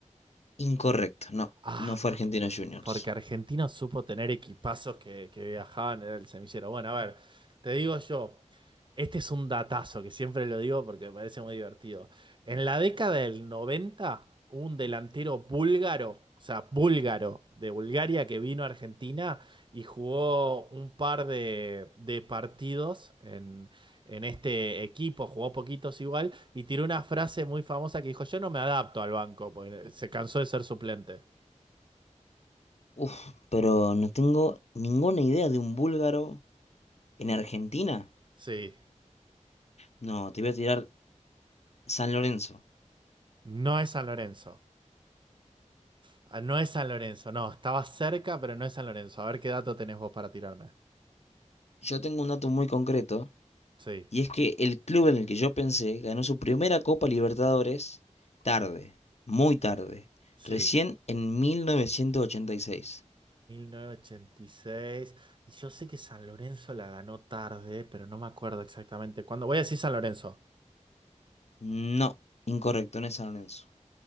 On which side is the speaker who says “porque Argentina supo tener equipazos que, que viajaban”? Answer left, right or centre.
Right